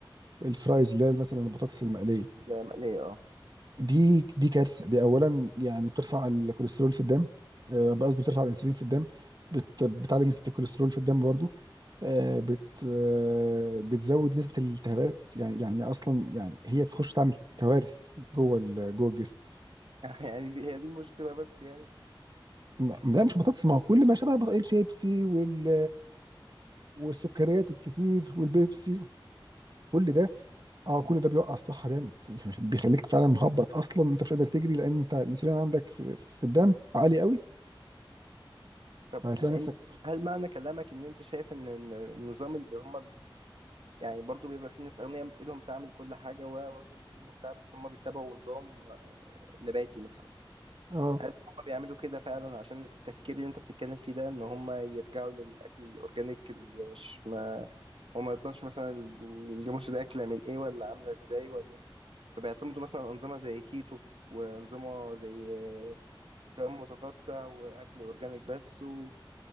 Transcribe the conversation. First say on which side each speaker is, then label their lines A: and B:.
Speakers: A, on the right; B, on the right.
A: الفرايز اللي هي مثلا البطاطس المقليه
B: لا مقليه اه
A: دي دي كارثه دي اولا يعني بترفع الكوليسترول في الدم آه، قصدي بترفع الانسولين في الدم بت بتعلي نسبه الكوليسترول في الدم برضو آه، بت آه، بتزود نسبه الالتهابات يعني يعني اصلا يعني هي بتخش تعمل كوارث جوه ال- جوه الجسم
B: <laughs> يعني دي هي دي المشكله بس يعني
A: ما- لا مش بطاطس ما هو كل ما شبه بط- الشيبسي وال والسكريات الكتير والبيبسي كل ده اه كل ده بيوقع الصحه جامد بيخليك فعلا مهبط اصلا انت مش قادر تجري لان انت الانسولين عندك في, في الدم عالي قوي
B: طب
A: فهتلاقي
B: انت
A: نفسك
B: هل معنى كلامك ان انت شايف ان إن النظام اللي هم يعني برضو بيبقى فيه ناس اغنياء في ايدهم تعمل كل حاجه و- وتنزل جيم وبتاع بس هم بيتبعوا نظام آه، نباتي مثلا
A: اه
B: هل هم بيعملوا كده فعلا عشان التفكير اللي انت بتتكلم فيه ده ان هم يرجعوا للاكل الاورجانيك اللي مش ما وما يضمنش مثلا ال- الجاموس ده اكله من ايه ولا عامله ازاي ولا فبيعتمدوا مثلا انظمه زي كيتو وانظمه زي آه، صيام متقطع واكل اورجانيك بس و...